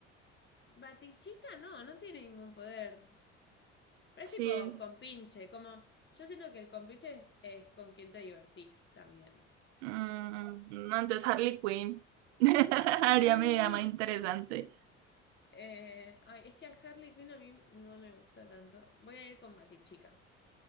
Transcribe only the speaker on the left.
Batichica no, no tiene ningún poder. Pero es
tipo compinche, como yo siento que el compinche es, es con quien te divertís también.
<laughs>
Eh, ay, es que a Harley Quinn a mí no me gusta tanto. Voy a ir con Batichica.